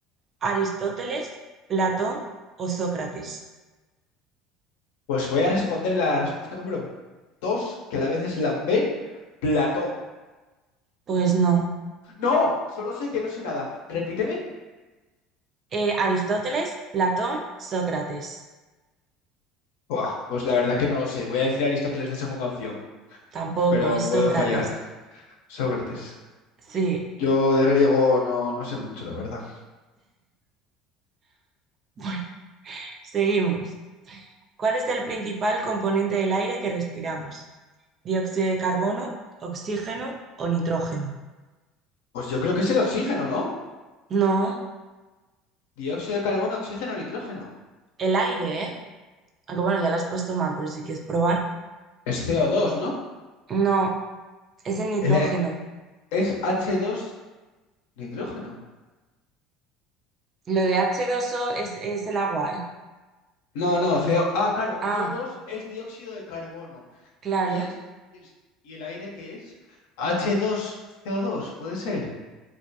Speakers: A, on the right; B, on the left.
A: ¿Aristóteles, Platón o Sócrates?
B: Pues voy a responder la respuesta número 2, que a la vez es la B, Platón.
A: Pues no.
B: No, solo sé que no sé nada. Repíteme.
A: Eh, Aristóteles, Platón, Sócrates.
B: Buah, pues la verdad que no lo sé. Voy a decir Aristóteles de segunda opción,
A: Tampoco,
B: pero
A: es
B: puedo
A: Sócrates.
B: fallar. Sócrates.
A: Sí.
B: Yo
A: <laughs>
B: de griego no, no sé mucho, la verdad.
A: Bueno, seguimos. ¿Cuál es el principal componente del aire que respiramos? ¿Dióxido de carbono, oxígeno o nitrógeno?
B: Pues yo creo que es el oxígeno, ¿no?
A: No,
B: Dióxido de carbono, oxígeno, nitrógeno.
A: el aire, ¿eh? Aunque bueno, ya lo has puesto mal, pero si quieres probar.
B: Es CO2, ¿no?
A: No, es el nitrógeno.
B: El e- es H2 nitrógeno.
A: Lo de h dos o es, es el agua, ¿eh?
B: No, no, CO... Ah, claro,
A: Ah,
B: CO2 es dióxido de carbono.
A: claro.
B: ¿Y, es, es- y el aire qué es? H2, CO2, puede ser.